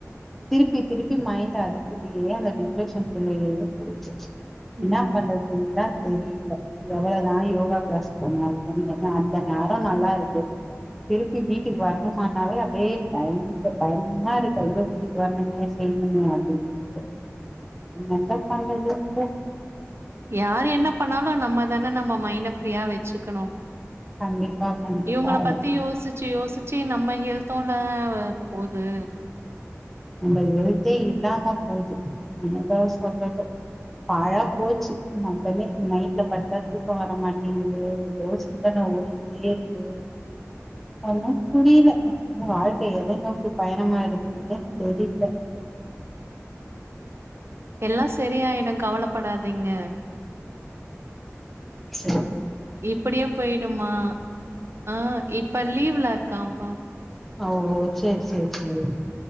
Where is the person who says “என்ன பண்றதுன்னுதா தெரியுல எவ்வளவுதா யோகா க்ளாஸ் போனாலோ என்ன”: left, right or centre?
Centre